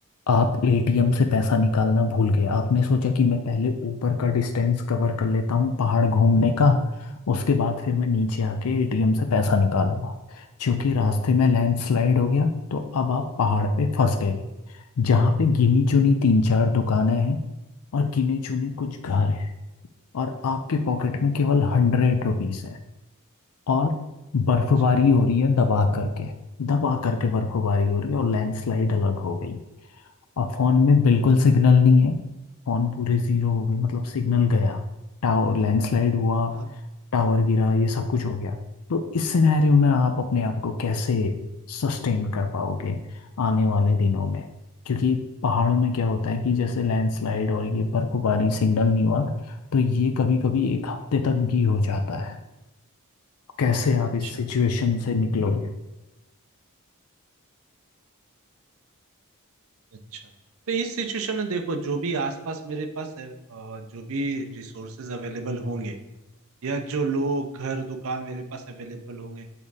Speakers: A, on the left; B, on the right.
A: आप एटीएम से पैसा निकालना भूल गए आपने सोचा कि मैं पहले ऊपर का डिस्टेंस कवर कर लेता हूँ पहाड़ घूमने का उसके बाद फिर मैं नीचे आके एटीएम से पैसा निकालूंगा क्योंकि रास्ते में लैंडस्लाइड हो गया तो अब आप पहाड़ पे फंस गए जहाँ पे गिनी चुनी तीन चार दुकानें हैं और गिने चुने कुछ घर हैं और आपके पॉकेट में केवल हंड्रेड रुपीज़ है। और बर्फबारी
B: अच्छा
A: हो रही है दबा करके दबा करके बर्फबारी हो रही है और लैंडस्लाइड अलग हो गई और फोन में बिल्कुल
B: हाँ
A: सिग्नल नहीं है फोन पूरे जीरो हो गए मतलब सिग्नल गया टावर लैंडस्लाइड हुआ
B: हाँ
A: टावर गिरा ये सब कुछ हो गया तो इस सिनेरियो में आप अपने आप को कैसे सस्टेन कर पाओगे आने वाले दिनों में क्योंकि पहाड़ों में क्या होता है कि जैसे लैंडस्लाइड और ये बर्फबारी सिग्नल नहीं हुआ तो ये कभी कभी एक हफ्ते तक भी हो जाता है कैसे आप
B: अच्छा
A: इस सिचुएशन से निकलोगे
B: अच्छा तो इस सिचुएशन में देखो जो भी आसपास मेरे पास है, अ, जो भी रिसोर्सेज अवेलेबल होंगे या जो लोग घर दुकान मेरे पास अवेलेबल होंगे